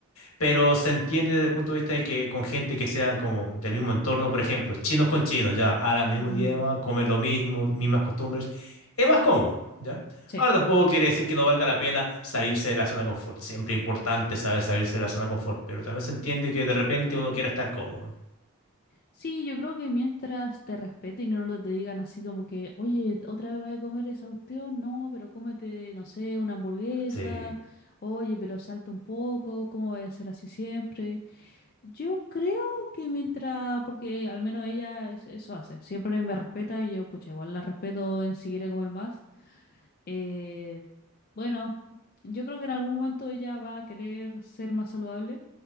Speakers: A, on the left (about 70°); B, on the left (about 40°).
A: pero se entiende desde el punto de vista de que con gente que sean como del mismo entorno, por ejemplo, chinos con chinos, ya hablan el
B: Mm,
A: mismo idioma, comen lo mismo, mismas costumbres, es más cómodo, ¿ya?
B: sí.
A: Ahora tampoco quiere decir que no valga la pena salirse de la zona de confort. Siempre es importante saber salirse de la zona de confort, pero también se entiende que de repente uno quiera estar cómodo.
B: Sí, yo creo que mientras te respeten y no te digan así como que, oye, otra vez vas a comer esa cuestión, no, pero cómete, no sé, una hamburguesa,
A: Sí.
B: oye, pero salta un poco, ¿cómo vaya a ser así siempre? Yo creo que mientras, porque al menos ella es- eso hace, siempre me respeta y yo, pucha, igual la respeto en si quiere comer más, eh, bueno, yo creo que en algún momento ella va a querer ser más saludable,